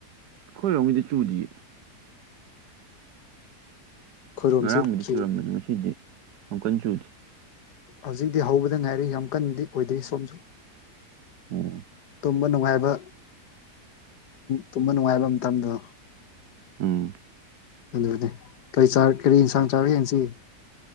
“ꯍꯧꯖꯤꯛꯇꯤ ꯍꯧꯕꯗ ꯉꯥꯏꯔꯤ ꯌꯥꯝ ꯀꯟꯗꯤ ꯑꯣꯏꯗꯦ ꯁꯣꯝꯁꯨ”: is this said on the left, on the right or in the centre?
Left